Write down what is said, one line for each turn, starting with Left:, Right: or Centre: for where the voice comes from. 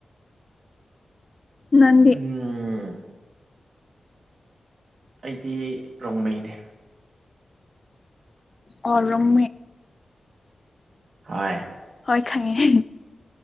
Left: ꯅꯦ
Right: ꯎꯝ
Left: <inaudible>
Right: ꯑꯩꯗꯤ ꯔꯣꯡꯃꯩꯅꯦ
Left: ꯑꯣꯔꯝ
Right: ꯍ‌‌
Left: ꯈꯪꯉꯦ